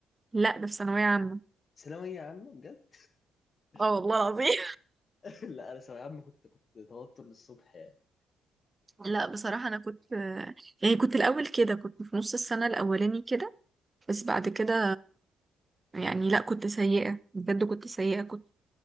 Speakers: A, on the right; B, on the left.
A: لا ده في ثانوية عامة
B: ثانويه عامه بجد <laughs>
A: اه والله العظيم
B: لا انا ثانويه عامه كنت كنت توتر للصبح يعني
A: <laughs> لا بصراحة انا كنت يعني كنت الاول كده كنت في نص السنة الاولاني كده بس بعد كده يعني لا كنت سيئة بجد كنت سيئة كنت